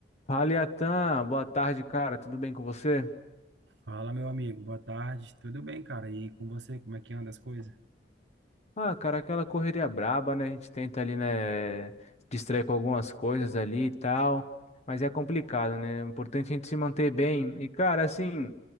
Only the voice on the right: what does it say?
Fala, meu amigo, boa tarde. Tudo bem, cara? E com você, como é que anda as coisas?